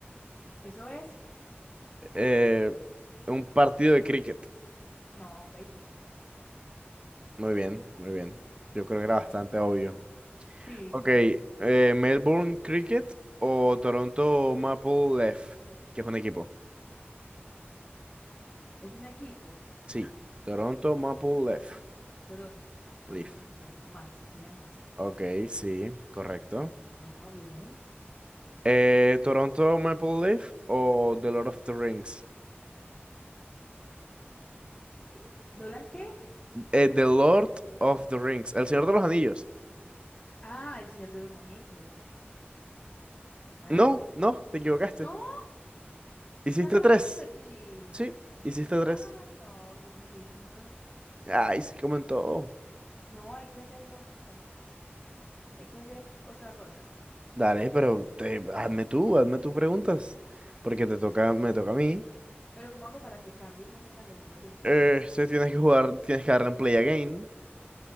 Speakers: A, on the left; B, on the right.
A: ¿Eso es?
B: Eh, un partido de cricket.
A: No, Facebook.
B: Muy bien, muy bien. Yo creo
A: Ujú.
B: que era bastante obvio.
A: Sí,
B: Ok,
A: claro.
B: eh, Melbourne Cricket o Toronto Maple Leaf, que es un equipo.
A: Es un equipo.
B: Sí, Toronto Maple Leaf.
A: Toronto. Vamos
B: Leaf.
A: con Toronto. Más, tiene más.
B: Ok, sí, correcto.
A: Bueno, bien.
B: Eh, Toronto Maple Leaf o The Lord of the Rings.
A: ¿Qué- ¿Dólar qué?
B: Eh, The Lord of the Rings, El Señor de los Anillos.
A: Ah, el Señor de los Anillos. Claro.
B: No, no, te equivocaste.
A: No,
B: Hiciste
A: tan rápido
B: tres.
A: <laughs> perdí.
B: Sí, hiciste
A: Ah,
B: tres.
A: no, soy malísima.
B: Ay, sí, comentó.
A: No, hay que hacerlo. Bueno, hay que hacer otra ronda.
B: Dale, pero te- hazme tú, hazme tus preguntas. Porque te toca, me toca a mí.
A: Pero ¿cómo hago para que cambie y no salgan los mismos del principio?
B: Eh, se tienes que jugar, tienes que darle en play again.